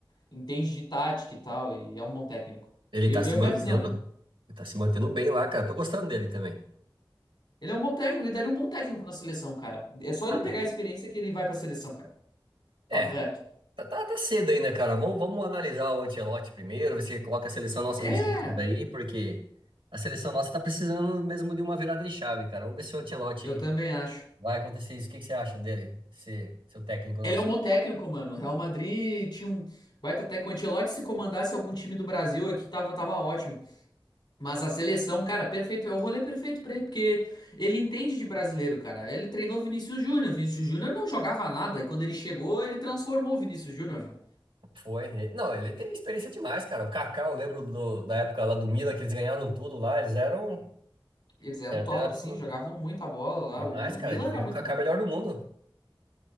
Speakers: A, on the left; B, on the right.
A: entende de tática e tal, e é um bom técnico.
B: ele
A: Eu,
B: tá
A: eu,
B: se mantendo.
A: minha visão, né?
B: Ele tá se mantendo bem lá, cara. Tô gostando dele também.
A: Ele é um bom técnico e daria um bom técnico na seleção, cara. É só ele
B: Nada.
A: pegar a experiência que ele vai pra seleção, cara.
B: É,
A: Papo reto.
B: tá, tá, tá cedo ainda, cara. Vamos, vamos analisar o Ancelotti primeiro, ver se ele coloca a seleção nossa
A: É,
B: nos vídeos daí, porque a seleção nossa tá precisando mesmo de uma virada de chave, cara. Vamos ver se o Ancelotti
A: eu também acho.
B: Vai acontecer isso. O que que você acha dele? Se, seu técnico
A: Ele
B: nosso.
A: é um bom técnico, mano. O Real Madrid tinha um baita técnico. O Ancelotti, se comandasse algum time do Brasil aqui, tava, tava ótimo. Mas a seleção, cara, perfeito. É o rolê perfeito pra ele, porque ele entende de brasileiro, cara. Ele treinou Vinícius Júnior. Vinícius Júnior não jogava nada. E quando ele chegou, ele transformou o Vinícius Júnior. né?
B: Foi. ele- Não, ele tem experiência demais, cara. O Kaká, eu lembro do- da época lá do Mila, que eles ganharam tudo lá. Eles eram.
A: Eles eram
B: Era
A: top,
B: treinado
A: sim.
B: por-
A: Jogavam muita bola lá.
B: demais,
A: O Milan,
B: cara.
A: Milan
B: Ele fez
A: era muito
B: o Kaká
A: bom.
B: melhor do mundo.